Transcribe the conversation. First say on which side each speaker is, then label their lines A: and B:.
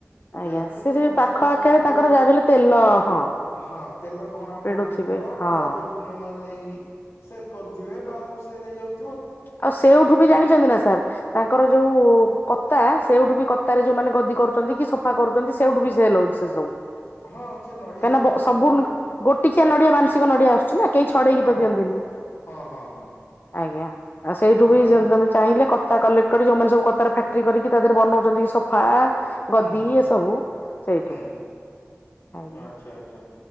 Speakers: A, on the left; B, on the left.
A: ଆଜ୍ଞା
B: ଯାହା ବିି ହେଲେ
A: ସେ ସେ
B: ମନ୍ଦିର
A: ପାଖ
B: ଟ୍ରଷ୍ଟ
A: ଆଖରେ
B: ପକ୍ଷରୁ,
A: ତାଙ୍କର ଯାହାବି ହେଲେ ତେଲ ହଁ
B: ହଁ, ତେଲ ଘଣା
A: ପେଡୁଥିବେ
B: ପଡୁଥିବ,
A: ହଁ।
B: ବା ଯୋଉମାନେ ନେଇକି ସେଲ କରୁଥିବେ, ବାହାରକୁ ସେଲ୍ ହେଇ ଯାଉ
A: ଆଉ, ସେଉଠୁ ବି ଜାଣିଛନ୍ତି ନା ସାର୍, ତାଙ୍କର ଯୋଉ କତା, ସେଇଠୁ ବି କ କତା ରେ ଯୋଉମାନେ ଗଦି କରୁଛନ୍ତି କି, ସୋଫା କରୁଛନ୍ତି, ସେଇଠୁ ବି ସେଲ ହଉଛି, ସେ ସବୁ । ତା
B: ହଁ ସେ ନଡିଆ
A: ମାନେ
B: ସେଠି
A: ସବୁ
B: ଅଧିକା
A: ଗୋଟିକିଆ ନଡିଆ, ମାନସିକ ନଡିଆ, ଆସୁଛି ନା, କେହି ଛଡେଇକି
B: ହଁ
A: ତ ଦିଅନ୍ତିନି,
B: ହଁ ହଁ ହଁ
A: ଆଜ୍ଞା । ସେଇଠୁ
B: ନଡିଆ
A: ବି ଯଦି ତମେ ଚାହିଁଲେ କ କତା କଲେକ୍ଟ କରି ଯୋଉମାନେ ସବୁ କତାର ଫ୍ୟାକ୍ଟ୍ରି କରିକି ତା ଦେରେ ବନାଉଛନ୍ତି ସୋଫା ଗଦି
B: ହୁଁ ହୁଁ
A: ଏସବୁ ସେଇଠୁ
B: ହୁଁ
A: ଆଜ୍ଞା।
B: ଆଚ୍ଛା ଆଚ୍ଛା